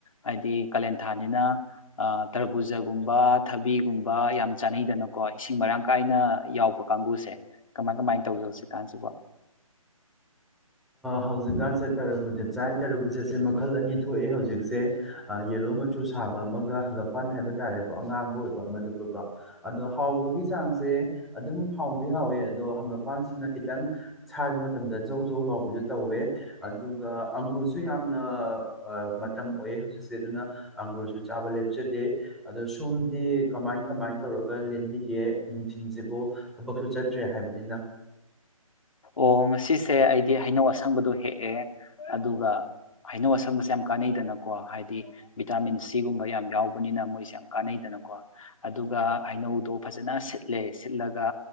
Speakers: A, on the left (about 65°); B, in the centre.
A: ꯍꯥꯏꯗꯤ ꯀꯥꯂꯦꯟꯊꯥꯅꯤꯅ ꯇꯔꯕꯨꯖꯒꯨꯝꯕ ꯊꯕꯤꯒꯨꯝꯕ ꯌꯥꯝ ꯆꯥꯅꯩꯗꯅꯀꯣ ꯏꯁꯤꯡ ꯃꯔꯥꯡ ꯀꯥꯏꯅ ꯌꯥꯎꯕ ꯀꯥꯡꯒꯨꯁꯦ ꯀꯃꯥꯏ ꯀꯃꯥꯏꯅ ꯇꯧꯒꯦ ꯍꯧꯖꯤꯛ ꯀꯥꯟꯁꯤꯕꯣ
B: ꯍꯧꯖꯤꯛꯀꯥꯟꯁꯦ ꯇꯔꯕꯨꯖꯠ ꯆꯥꯏ ꯇꯔꯕꯨꯖꯠꯁꯦ ꯃꯈꯜ ꯑꯅꯤ ꯊꯣꯛꯑꯦ ꯍꯧꯖꯤꯛꯁꯦ ꯌꯦꯜꯂꯣ ꯃꯆꯨ ꯁꯥꯕ ꯑꯃꯒ ꯍꯪꯒꯄꯥꯟ ꯍꯥꯏꯕ ꯇꯥꯔꯦꯀꯣ ꯑꯉꯥꯡꯕ ꯑꯣꯏꯕ ꯑꯃꯗꯨꯒꯀꯣ ꯑꯗꯣ ꯍꯥꯎꯕꯒꯤ ꯆꯥꯡꯁꯦ ꯑꯗꯨꯝ ꯍꯥꯎꯗꯤ ꯍꯥꯎꯋꯦ ꯑꯗꯣ ꯍꯪꯒꯄꯥꯟꯁꯤꯅ ꯈꯤꯇꯪ ꯁꯥꯕ ꯃꯇꯝꯗ ꯖꯧ ꯖꯧ ꯂꯥꯎ ꯇꯧꯋꯦ ꯑꯗꯨꯒ ꯑꯪꯒ꯭ꯔꯨꯁꯨ ꯌꯥꯝꯅ ꯃꯇꯝ ꯑꯣꯏ ꯍꯧꯖꯤꯛꯁꯦ ꯑꯗꯨꯅ ꯑꯪꯒ꯭ꯔꯨꯔꯁꯨ ꯆꯥꯕ ꯂꯦꯞꯆꯗꯦ ꯑꯗꯣ ꯁꯣꯝꯗꯤ ꯀꯃꯥꯏ ꯀꯃꯥꯏꯅ ꯇꯧꯔꯒ ꯂꯦꯟꯕꯤꯒꯦ ꯅꯨꯡꯊꯤꯤꯟꯁꯤꯕꯨ ꯊꯕꯛꯁꯨ ꯆꯠꯇ꯭ꯔꯦ ꯍꯥꯏꯕꯅꯤꯅ
A: ꯑꯣ ꯑꯁꯤꯁꯦ ꯑꯩꯗꯤ ꯍꯩꯅꯧ ꯑꯁꯪꯕꯗꯣ ꯍꯦꯛꯑꯦ ꯑꯗꯨꯒ ꯍꯩꯅꯧ ꯑꯁꯪꯕꯁꯦ ꯌꯥꯝ ꯀꯥꯟꯅꯩꯗꯅꯀꯣ ꯍꯥꯏꯗꯤ ꯚꯤꯇꯥꯃꯤꯟ ꯁꯤꯒꯨꯝꯕ ꯌꯥꯝ ꯌꯥꯎꯕꯅꯤꯅ ꯃꯣꯏꯁꯦ ꯀꯥꯟꯅꯩꯗꯅꯀꯣ ꯑꯗꯨꯒ ꯍꯩꯅꯧꯗꯣ ꯐꯖꯅ ꯁꯤꯠꯂꯦ, ꯁꯤꯠꯂꯒ